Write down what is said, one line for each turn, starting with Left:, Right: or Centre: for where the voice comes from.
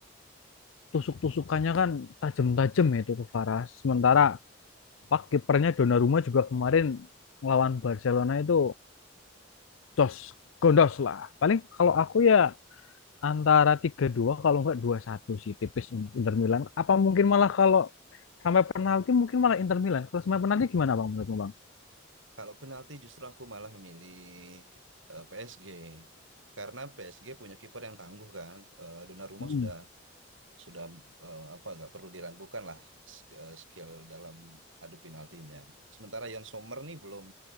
Left: tusuk-tusukannya kan tajam-tajam ya itu Kvara sementara pak kipernya Donnarumma juga kemarin melawan Barcelona itu jos gondos lah paling kalau aku ya antara tiga dua kalau nggak dua satu sih tipis untuk Inter Milan apa mungkin malah kalau sampai penalti mungkin malah Inter Milan kalau sampai penalti gimana Bang menurutmu Bang?
Right: Kalau penalti justru aku malah milih eh, PSG. Karena PSG punya kiper yang tangguh kan. Eh, Donnarumma
Left: Hmm.
Right: sudah sudah eh, apa nggak perlu diragukan lah s- eh, skill dalam adu penaltinya. Sementara Yon Sommer nih belum